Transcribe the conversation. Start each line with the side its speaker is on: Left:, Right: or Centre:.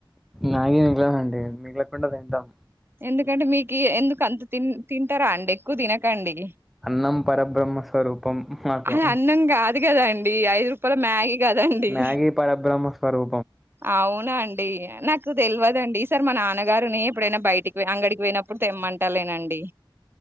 Centre: నాగే మిగలదండి మిగలకుండా తింటాం
Right: ఎందుకంటే మీకు ఎందుకు అంత తి తింటారా అండి ఎక్కువ తినకండి
Centre: అన్నం పరబ్రహ్మస్వరూపం మాకు
Right: అది అన్నం కాదు కదండి ఐదు రూపాయల మ్యాగీ కదండి
Centre: మ్యాగీ పరబ్రహ్మ స్వరూపం
Right: అవునా అండి నాకు తెలియదండి ఈ సారి మా నాన్నగారుని ఎప్పుడైనా బయటికి అంగడికి పోయినప్పుడు అప్పుడు తెమ్మంటలేేనండి